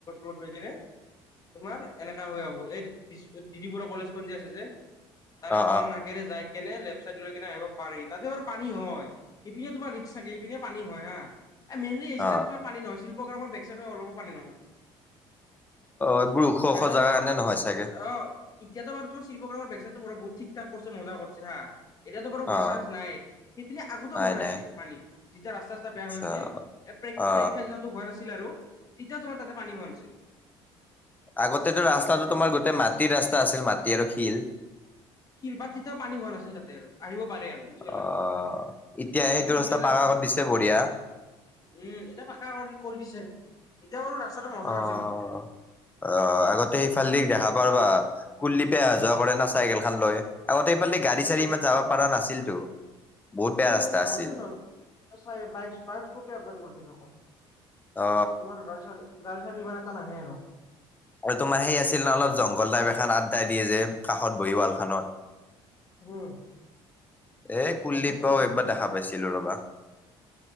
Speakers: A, on the left (about 35°); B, on the left (about 15°).
A: ৰড হৈ কিনে তোমাৰ এনেকা হৈ আহোঁ, এই দিছ এই দিদি বৰুৱা কলেজখন যে আছে যে? তাৰে
B: অ অ
A: অকমান আগেৰে যাই কেনে লেফট চাইড লৈ কেনে আহিব পাৰি, তাতে বাৰু পানী হয়। ইপিনে তোম ৰিক্স এইপিনে পানী হয় হা? এ মেইনলি এই
B: অ অ
A: চাইদে তোমাৰ পানী নহয় শিলপ্ৰগ্ৰামৰ বেক চাইডটো অলপো পানী নহয়।
B: এইবোৰ ওখ
A: এয়াতো
B: ওখ জাগা
A: বাৰু,
B: কাৰণে নহয় চাগে
A: আহ এতিয়া তোমাৰ শিল্পগ্ৰামৰ বেক চইডটো বহুত ঠিক ঠাক কৰিছে মজা কৰিছে হা এতিয়াতো বাৰু হোৱা
B: অ
A: চান্স নাই, সেইপিনে আগতেও
B: নাই
A: হোৱা নাছিল
B: নাই
A: পানী যেতিয়া ৰাস্তাত বেয়া
B: আচ্ছা
A: হৈছিল এ পৰীক্ষা
B: অ
A: যোৱা টো হোৱা নাছিল আৰু, তেতিয়া তোমাৰ তাতে পানী হোৱা নাছিল।
B: আগতে
A: মানে
B: ৰাস্তাটো
A: তেতিয়াও
B: তোমাৰ গোটেই মাটিৰ ৰাস্তা আছিল মাটি আৰু শিল?
A: শিল বাট তেতিয়াও পানী হোৱা নাছিল তাতে আৰু, আহিব পাৰে আৰু। বুজি পালা
B: অ', এতিয়া
A: মাটি
B: সেইটো
A: আৰু
B: ৰাস্তা
A: শিলৰে
B: বাগ আগত দিছে বঢ়িয়া।
A: উম, এতিয়া পাকা কৰি দিছে। এতিয়া বাৰু ৰাস্তাটো মজা
B: অ',
A: হৈছে কিন্তু।
B: অ', আগতে তাতে
A: তুমি
B: সিফাল
A: তাৰে
B: দি দেখা পাওঁ ৰবা, কুললিপে অহা যোৱা কৰে না চাইকেল খান লৈ? আগতে সেইফালে গাড়ী
A: উম,
B: চাড়ী ইমান যাব পৰা নাছিলতো। বহুত বেয়া
A: উম
B: ৰাস্তা আছিল
A: গাড়ী চাৰি নোৱাৰে, বাইক-বাইক স্কুটি আপডাউন কৰী থাকে অকল।
B: অ
A: গড়ি চাৰি, গঢ়ি চাৰি ইমান এটো নাহে আৰু।
B: আৰু তোমাৰ সেই আছিল ন অলপ জংঘল টাইপ এখন আড্ডা দিয়ে যে কাষত বহি উৱাল খনত?
A: উম,
B: এ কুলদীপক
A: তাকেতো
B: একবাৰ দেখা পাইছিলোঁ ৰবা।